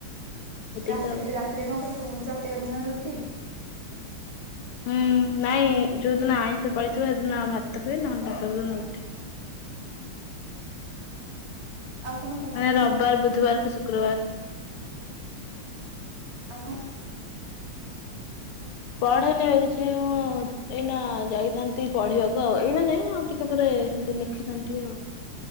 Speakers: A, on the left (about 85°); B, on the right (about 50°).
A: ଏତିକି
B: ରାତିରେ
A: ତ ଆଉ।
B: ରାତିରେ କଣ ଉଁ ପ୍ରତେକ ଦିନ ରୁଟି।
A: ହୁଁ ନାଇଁ ଯୋଉ ଦିନ ଆଇଁଷ ପାଇଁଷ ହୁଏ ସେଦିନ ଭାତ ହୁଏ ନହେଲେ ସବୁଦିନ ରୁଟି।
B: ଆଉ କ'ଣ ପଢ଼ାପଢ଼ି
A: ମାନେ ରବିବାର, ବୁଧବାର କୁ ଶୁକ୍ରବାର।
B: ଆଉ କଣ
A: ପଢେନି ଏବେ କିଛି ଏଇନା ଯାଇଥାନ୍ତି ପଢିବାକୁ ଆଉ ଏଇନା ଯାଇ ଆଉ ଟିକେ ପରେ ଯାଇଥାନ୍ତି ଲେଖିଥାନ୍ତି ଆଉ।